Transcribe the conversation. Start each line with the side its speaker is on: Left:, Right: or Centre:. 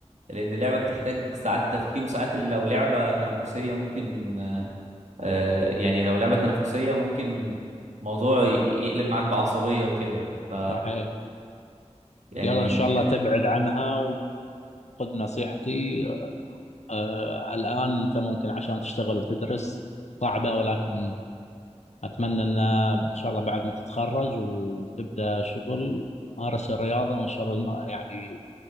Right: لان اللعبة بتحتاج ساعات تفكير وساعات لو لعبة تنافسية ممكن آه، يعني لو لعبة تنافسية ممكن موضوع ي- يقلب معاك بعصبية وكده ف
Left: صحيح
Right: يعني
Left: يلا ان شاء الله تبعد عنها وخذ نصيحتي آه الان انت ممكن عشان تشتغل وتدرس صعبة ولكن أتمنى أن إن شاء الله بعد ما تتخرج وتبدأ شغل مارس الرياضة وإن شاء الله الم- يعني